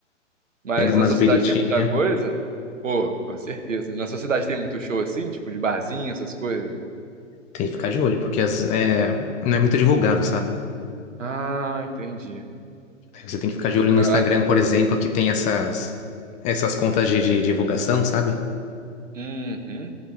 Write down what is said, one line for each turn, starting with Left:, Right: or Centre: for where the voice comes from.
Right: Mas
Left: Pegar umas
Right: na sociedade
Left: biritinhas,
Right: tem muita coisa? Pô, com certeza. Na sociedade tem muito show, assim, tipo, de barzinho, essas coisas.
Left: tem que ficar de olho, porque as, é, não é muito divulgado, sabe?
Right: Ah, entendi.
Left: Aí Você tem que ficar
Right: Tem
Left: de
Right: que
Left: olho
Right: ficar
Left: no Instagram,
Right: olhando.
Left: por exemplo, que tem essas, essas contas de, de divulgação, sabe?
Right: Uhum.